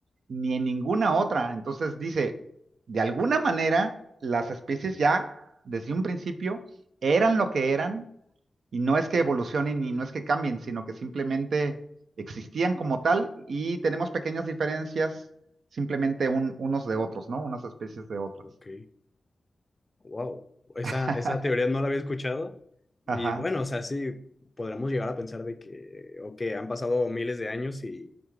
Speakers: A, on the right (about 80°); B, on the left (about 25°).
A: ni en ninguna otra. Entonces dice, de alguna manera, las especies ya, desde un principio, eran lo que eran, y no es que evolucionen y no es que cambien, sino que simplemente existían como tal y tenemos pequeñas diferencias simplemente un, unos de otros, ¿no? Unas especies de otras.
B: ok. Wow, esa,
A: <laughs>
B: esa teoría no la había escuchado. Y
A: ajá,
B: bueno, o sea, sí, podríamos llegar a pensar de que, ok, han pasado miles de años y,